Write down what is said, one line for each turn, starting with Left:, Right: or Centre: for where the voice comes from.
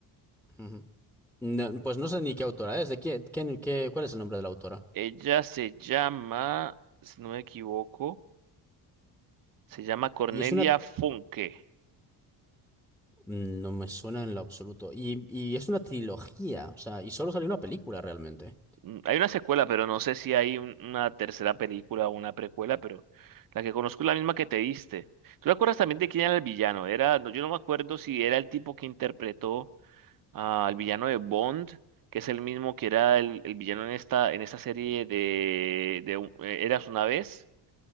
Centre: ujú. No, pues no sé ni qué autora es, de qué, qué- qué- cuál es el nombre de la autora.
Right: Ella se llama, si no me equivoco, se llama Cornelia
Centre: Y es una...
Right: Funke.
Centre: mm, No me suena en lo absoluto. Y, y es una trilogía, o sea, y solo salió una película realmente.
Right: Mm, Hay una secuela, pero no sé si hay un- una tercera película o una precuela, pero la que conozco es la misma que te diste. ¿Tú te acuerdas también de quién era el villano? Era, no, yo no me acuerdo si era el tipo que interpretó ah, al villano de Bond, que es el mismo que era el, el villano en esta, en esta serie de, de un- eh, Eras una vez,